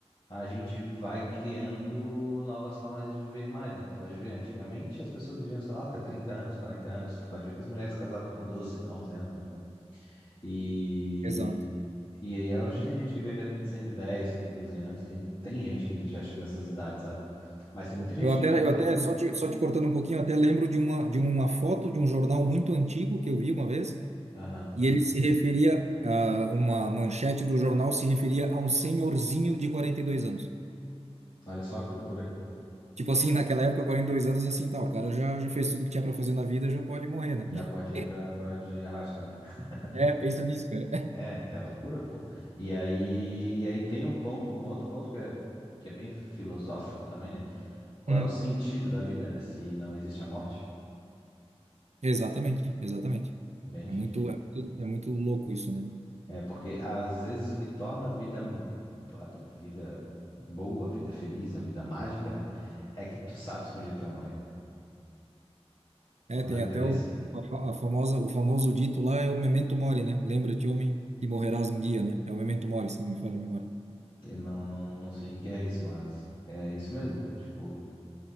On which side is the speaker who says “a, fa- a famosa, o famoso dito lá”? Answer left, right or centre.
Right